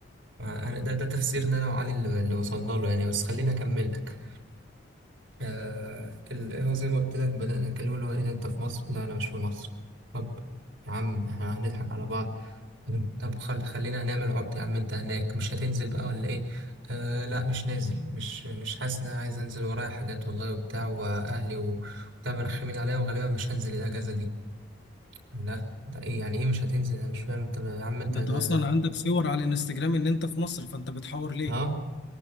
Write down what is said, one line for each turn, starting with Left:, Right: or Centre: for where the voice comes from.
Right: ما أنا ده ده تفسيرنا أنا وعلي اللي اللي وصلنا له يعني بس خليني أكمل لك آه ال- هو زي ما قلت لك بدأنا نتكلم اللي هو إيه ده أنت في مصر؟ لا أنا مش في مصر طب يا عم إحنا هنضحك على بعض طب أنت- طب خل خلينا هنعمل عبط يا عم أنت هناك مش هتنزل بقى ولا إيه؟ آه لا مش نازل مش مش حاسس إن أنا عايز أنزل ورايا حاجات والله وبتاع وأهلي و- وبتاع مرخمين عليا وغالبا مش هنزل الأجازة دي لا ده ايه يعني ايه مش هتنزل انا مش فاهم انت يا عم انت
Left: ده
Right: ده
Left: انت اصلا
Right: ده
Left: عندك صور على الانستجرام ان انت في مصر فانت بتحور ليه
Right: ها